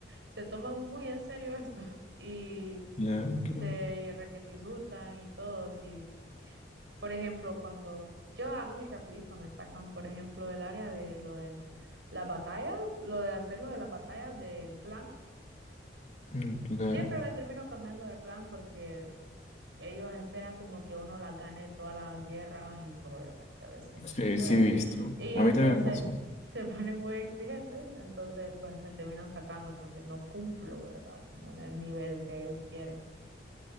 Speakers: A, on the right; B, on the left.
A: Se toman muy en serio esto <laughs> y
B: Claro, claro.
A: se requete insultan y todo, sí. Por ejemplo, cuando yo a mí rapidito me sacan, por ejemplo, del área de lo de las batallas, lo de hacer lo de las batallas del clan,
B: Mm, Claro.
A: siempre me termino cambiando de clan porque ellos esperan como que uno las gane todas las guerras y pues obviamente a veces no
B: Sí,
A: se puede.
B: sí he visto.
A: Y
B: A
A: entonces
B: mí también me pasó.
A: <laughs> se ponen muy exigentes, entonces pues me terminan sacando porque no cumplo, ¿verdad? Como en el nivel que ellos quieren.